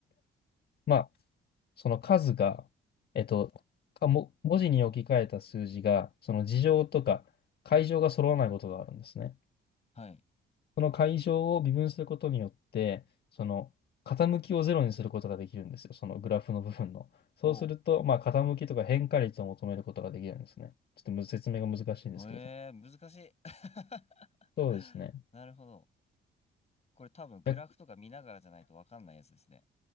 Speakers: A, on the left; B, on the left.
A: まあ、その数が、えっと、かも、文字に置き換えた数字が、その二乗とか階乗が揃わないことがあるんですね。
B: はい。
A: その解消を微分することによって、その傾きをゼロにすることができるんですよ。そのグラフの部分の。そうすると、
B: お
A: まあ、傾きとか変化率を求めることができるんですね。ちょっとむ説明が難しいんですけれど。
B: う。ええー難しい。<laughs>
A: そうですね。
B: なるほど。これ多分グラフとか見ながらじゃないとわかんないやつですね。
A: 逆